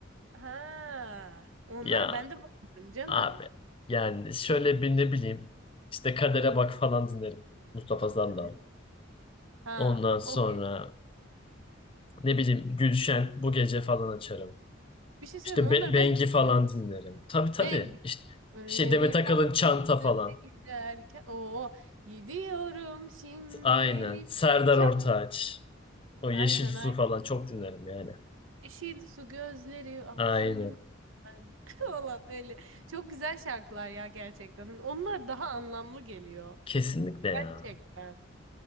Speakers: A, on the right (about 80°); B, on the left (about 25°).
A: Ha, onları
B: Ya
A: ben de bayılırım canım.
B: abi yani şöyle bir ne bileyim işte Kadere Bak falan dinlerim. Mustafa Sandal.
A: Kader. Ha,
B: Ondan sonra
A: okey.
B: ne bileyim Gülşen bu gece falan açarım.
A: Bir şey söyleyeyim
B: İşte
A: mi? onları
B: Be- Bengi
A: ben de
B: falan
A: dinliyorum.
B: dinlerim. Tabii tabii.
A: Ben
B: İşte
A: Öyle
B: şey Demet
A: bir
B: Akalın
A: baktı
B: Çanta
A: yüzüme
B: falan.
A: giderken o gidiyorum şimdi
B: Aynen.
A: elimde
B: Serdar
A: çal.
B: Ortaç. O Yeşil
A: Aynen
B: Su
A: aynen.
B: falan çok dinlerim yani.
A: Yeşil su gözleri aksın
B: Aynen.
A: ben <laughs> falan öyle. Çok güzel şarkılar ya gerçekten. Hani onlar daha anlamlı geliyor.
B: Kesinlikle ya.
A: Gerçekten.